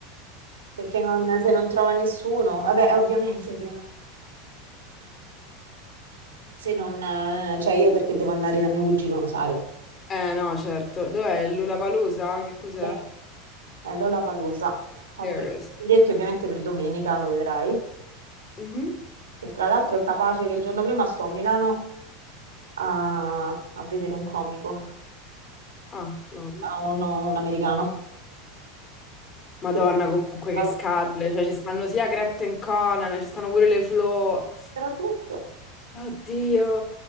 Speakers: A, on the right (about 75°); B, on the left (about 30°).
A: perché non- se non trova nessuno, vabbè, eh, ovviamente se non, se non, eh, cioè io perché devo andare da mio cugino, lo sai.
B: Eh no, certo. Dov'è? Lollapalooza? Che cos'è?
A: Sì. È Lollapalooza. Ho
B: Paris.
A: preso i biglietti ovviamente per domenica, lo vedrai.
B: Mhm.
A: E tra l'altro è capace che il giorno prima sto a Milano a, a vedere un comico,
B: Ah, lol.
A: un, un americano.
B: Madonna,
A: Che
B: comunque
A: fa-
B: che scatole. Cioè, ci stanno sia Crept and Conan, ci stanno pure le Flo.
A: Te l'ho detto.
B: Oddio.